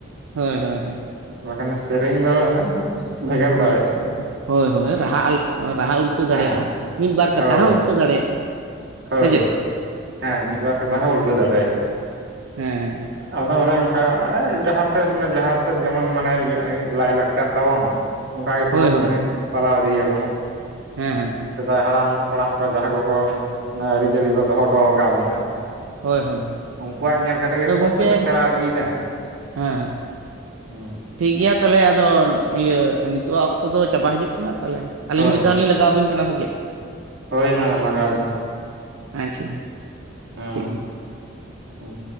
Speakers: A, on the right; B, on the right.
A: ᱦᱳᱭ, ᱦᱳᱭ, ᱦᱳᱭ᱾
B: ᱵᱟᱠᱷᱟᱱ ᱥᱮᱨᱮᱧ ᱚᱱᱮ ᱵᱷᱮᱜᱟᱨ
A: ᱚ
B: ᱫᱟᱲᱮᱭᱟᱜᱼᱟ᱾
A: ᱦᱳᱭ, ᱦᱳᱭ, ᱨᱟᱦᱟ, ᱨᱟᱦᱟ ᱩᱞᱴᱟᱹ ᱫᱟᱲᱮᱭᱟᱜᱼᱟ᱾
B: ᱦᱮᱸ
A: ᱢᱤᱫ ᱵᱟᱨ ᱠᱟᱛᱷᱟ
B: ᱦᱳᱭ
A: ᱦᱚᱸ ᱩᱞᱴᱟᱹ ᱫᱟᱲᱮᱭᱟᱜᱼᱟ᱾
B: ᱦᱳᱭ,
A: ᱥᱮ ᱪᱮᱫ
B: ᱦᱮᱸ ᱢᱤᱫ ᱵᱟᱨ ᱠᱟᱛᱷᱟ
A: ᱟᱪᱪᱷᱟ
B: ᱦᱚᱸ ᱩᱞᱴᱟᱹᱣ ᱫᱟᱲᱮᱭᱟᱜᱼᱟ᱾
A: ᱦᱮᱸ, ᱦᱮᱸ, ᱦᱮᱸ᱾
B: ᱟᱫᱚ ᱚᱱᱮ ᱚᱝᱠᱟ᱾ ᱡᱟᱦᱟᱸ ᱥᱮᱫ ᱢᱟᱱᱮ ᱡᱟᱦᱟᱸ ᱥᱮᱫ ᱡᱮᱢᱚᱱ ᱢᱟᱱᱮ ᱤᱭᱟᱹ ᱞᱟᱭᱼᱞᱟᱠᱪᱟᱨ ᱛᱟᱵᱚᱱ᱾ ᱚᱝᱠᱟ ᱜᱮ ᱛᱚᱵᱚᱱ
A: ᱦᱳᱭ ᱦᱳᱭ
B: ᱚᱱᱮ ᱯᱟᱞᱟᱣ ᱤᱫᱤᱭ ᱟᱵᱚᱱ᱾
A: ᱦᱮᱸ, ᱦᱮᱸ᱾ ᱦᱮᱸ
B: ᱥᱮᱫᱟᱭ ᱦᱟᱲᱟᱢ ᱦᱟᱯᱲᱟᱢ ᱠᱚ ᱡᱟᱦᱟᱸᱭ ᱠᱚᱠᱚ, ᱚᱱᱮ ᱟᱹᱨᱤᱪᱟᱹᱞᱤ ᱠᱚ ᱫᱚᱦᱚᱴᱚᱣ ᱠᱟᱜ ᱵᱚᱱᱟ᱾
A: ᱦᱳᱭ ᱦᱳᱭ
B: ᱩᱱᱠᱩᱣᱟᱜ ᱧᱮᱞ ᱠᱟᱛᱮᱫ
A: ᱟᱫᱚ
B: ᱜᱮ ᱛᱚ
A: ᱜᱚᱝᱠᱮ
B: ᱵᱚᱱ ᱥᱮᱬᱟ ᱤᱫᱤᱭ ᱫᱟ᱾
A: ᱦᱮᱸ ᱦᱮᱸ
B: ᱦᱩᱸ᱾
A: ᱴᱷᱤᱠ ᱜᱮᱭᱟ ᱛᱟᱦᱚᱞᱮ ᱟᱫᱚ᱾ ᱤᱭᱟᱹ ᱱᱤᱛᱚᱜᱟᱜ ᱚᱠᱛᱚ ᱫᱚ ᱪᱟᱵᱟ ᱦᱤᱡᱩᱜ ᱠᱟᱱᱟ᱾ ᱛᱟᱦᱚᱞᱮ ᱟᱹᱞᱤᱧ
B: ᱦᱳᱭ
A: ᱢᱤᱫ ᱫᱷᱟᱣ ᱞᱤᱧ ᱞᱟᱜᱟᱣ ᱟᱵᱤᱱ <unintelligible> ᱥᱮ ᱪᱮᱫ᱾
B: ᱦᱳᱭ ᱢᱟ ᱞᱟᱜᱟᱣ ᱵᱤᱱ᱾
A: ᱟᱪᱪᱷᱟ᱾
B: ᱦᱮᱸ,
A: ᱴᱷᱤᱠ ᱜᱮᱭᱟ
B: ᱦᱩᱸ᱾